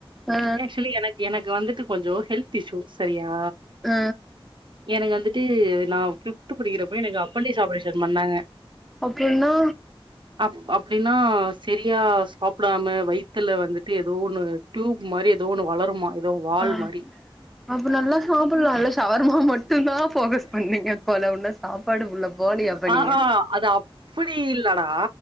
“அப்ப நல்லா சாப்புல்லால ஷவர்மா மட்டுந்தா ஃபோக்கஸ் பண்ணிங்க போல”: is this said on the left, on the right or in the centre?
Centre